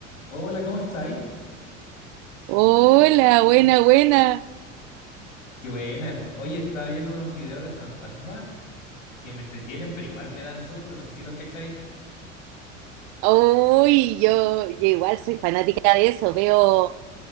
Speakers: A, on the left; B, on the right.
A: Hola, ¿cómo estáis?
B: Hola, buena, buena.
A: Qué buena. Oye, estaba viendo unos videos de fantasmas que me entretienen, pero igual me dan susto. No sé si los cacháis.
B: Uy, yo, yo igual soy fanática de eso. Veo,